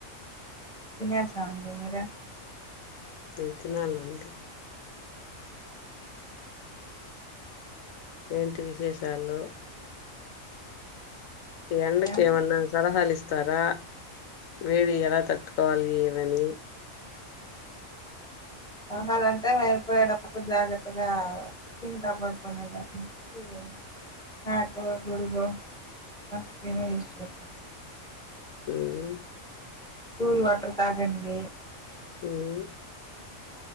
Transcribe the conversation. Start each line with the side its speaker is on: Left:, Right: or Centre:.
Centre: తినేసా అండి మీరు
Left: నేన్ తినాలండి ఏంటి విశేషాలు ఎండకు
Centre: ఏం
Left: ఏమన్న సలహా ఇస్ తారా వేడి ఎలా తట్టుకోవాలి ఏమని
Centre: సలహాలంటే వెళ్ళిపోయేటప్పుడు జాగ్రత్తగా స్కిన్ కాపాడుకునేదానికి హ్యాట్ గుడిగో సన్ స్క్రీన్ యూజ్ చేస్తాను
Left: మ్మ్
Centre: కూల్ వాటర్ తాగండి
Left: మ్మ్